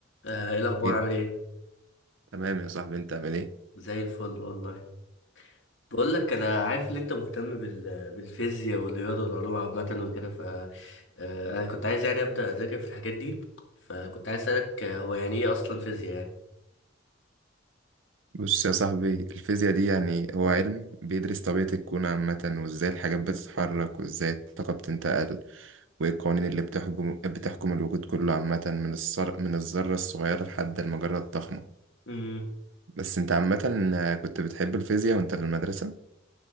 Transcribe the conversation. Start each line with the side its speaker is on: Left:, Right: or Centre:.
Left: آه، ايه الاخبار
Right: ايه
Left: عامل ايه
Right: تمام يا صاحبي انت عامل ايه
Left: زي الفل والله بقول لك انا عارف ان انت مهتم بال... بالفيزياء والرياضه والعلوم عامه وكده ف آه، انا كنت عايز يعني ابدا اذاكر في الحاجات دي فكنت عايز اسالك آه، هو يعني ايه اصلا فيزياء يعني
Right: بص يا صاحبي الفيزياء دي يعني هو علم بيدرس طبيعة الكون عامة وازاي الحاجات بتتحرك وازاي الطاقة بتنتقل وايه القوانين اللي بتحكم بتحكم الوجود كله عامة من الصر... من الذرة الصغيرة لحد المجرة الضخمة
Left: امم
Right: بس انت عامة كنت بتحب الفيزياء وانت في المدرسة